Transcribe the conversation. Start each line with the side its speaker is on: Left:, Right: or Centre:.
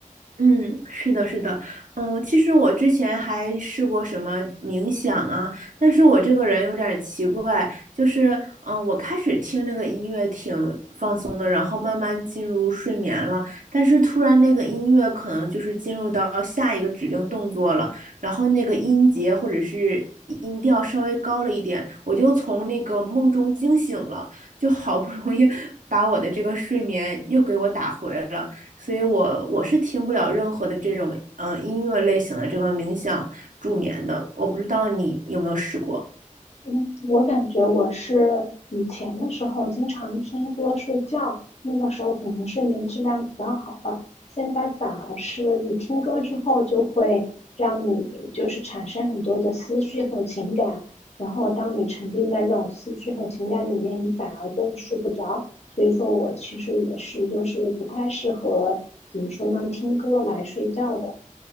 Right: 嗯，是的，是的，嗯，其实我之前还试过什么冥想啊，但是我这个人有点儿奇怪，就是，嗯，我开始听那个音乐挺放松的，然后慢慢进入睡眠了，但是突然那个音乐可能就是进入到下一个指令动作了，然后那个音节或者是音调稍微高了一点，我就从那个梦中惊醒了，就好不容易 <laughs> 把我的这个睡眠又给我打回了。所以我我是听不了任何的这种嗯、呃音乐类型的这个冥想助眠的，我不知道你有没有试过。
Left: 嗯，我感觉我是以前的时候经常听歌睡觉，那个时候可能睡眠质量比较好吧。现在反而是你听歌之后，就会让你就是产生很多的思绪和情感，然后当你沉浸在这种思绪和情感里面，你反而更睡不着。所以说我其实也是就是不太适合怎么说呢，听歌来睡觉的。